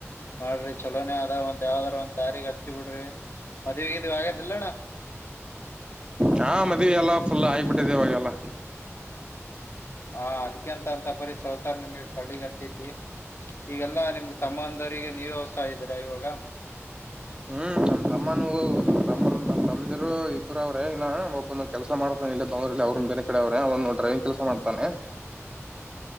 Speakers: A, on the left; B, on the right.
A: ಮಾಡ್ರಿ ಚಲೋನೇ ಅದ ಒಂದ್ ಯಾವದಾರ ಒಂದ್ ದಾರಿಗೆ ಹತ್ತಿ ಬಿಡ್ರಿ ಮದುವಿ ಗಿಡವಿ ಆಗದಿಲ್ಲಣ <unintelligible> <unintelligible>
B: ಹಾ ಮದವೇ ಎಲ್ಲ ಫುಲ್ ಆಗಿಬಿಟ್ಟಿದೆೆವಾಗೆಲ್ಲ
A: ಹಾ ಅದ್ಕಂತ ಅಂತ ಪರಿ ಸಂಸಾರ ನಿಮ್ಗೆ ಕಳ್ಳಿಗೂ ಹತೈತಿ ಈಗೆಲ್ಲಾ ನಿಮ್ಗ ತಮ್ಮ ಅಂದವ್ರಿಗೆ ನೀವೇ ಹೊಸ ಇದ್ದೀರಾ ಇವಾಗ
B: ಹ್ಮ್ ನಮ್ಮ್ ತಮ್ಮನ ತಂದಿರು ಇಬ್ಬರ ಅವ್ರ ಇ ಒಬ್ಬನ್ನು ಕೆಲಸ ಮಾಡತಾನ ಇಲ್ಲಿ ಬೆನಗಳೂರಲ್ಲಿ ಅವ್ರ ಬೇರೇ ಕಡೆ ಅವ್ರೆ ಅವ್ರನ್ನು ಡ್ರೈವಿಂಗ್ ಕೆಲಸ ಮಾಡ ನಡ್ತಾನೆ <unintelligible>